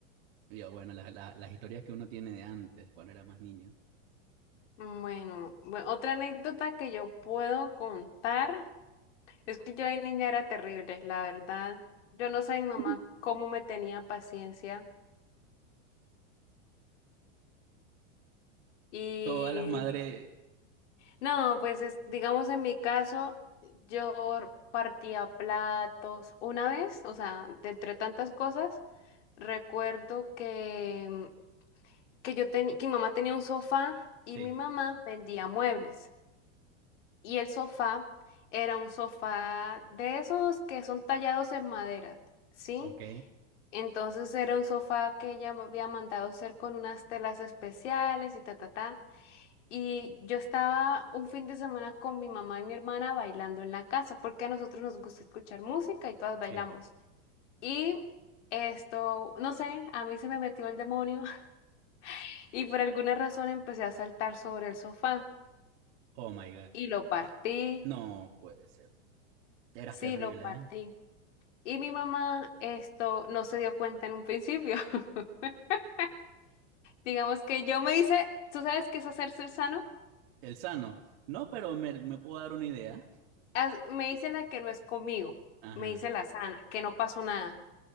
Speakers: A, on the right (about 55°); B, on the left (about 65°).
A: Y yo, bueno, las las- las historias que uno tiene de antes, cuando era más niño.
B: Bueno, bue- otra anécdota que yo puedo contar es que yo de niña era terrible, la verdad. Yo no sé mi mamá
A: <laughs>
B: cómo me tenía paciencia y
A: Todas las madres,
B: No, pues es- digamos en mi caso, yo partía platos una vez, o sea, de entre tantas cosas, recuerdo que, que yo tenía, que mi mamá tenía un sofá y
A: sí,
B: mi mamá vendía muebles. Y el sofá era un sofá de esos que son tallados en madera, ¿sí?
A: ok,
B: Entonces era un sofá que ella me había mandado hacer con unas telas especiales y ta, ta, ta. Y yo estaba un fin de semana con mi mamá y mi hermana bailando en la casa, porque a nosotros nos gusta escuchar música y todas
A: sí.
B: bailamos. Y esto, no sé, a mí se me metió el demonio <laughs> y por alguna razón empecé a saltar sobre el sofá
A: Oh my God.
B: y lo partí,
A: No puede ser. Eras
B: sí,
A: terrible,
B: lo partí.
A: ¿eh?
B: Y mi mamá esto no se dio cuenta en un principio. <laughs> Digamos que yo me hice, ¿tú sabes qué es hacerse el sano?
A: El sano. No, pero me, me puedo dar una idea.
B: Haz- Me hice la que no es conmigo,
A: Ajá.
B: me hice la sana, que no pasó nada.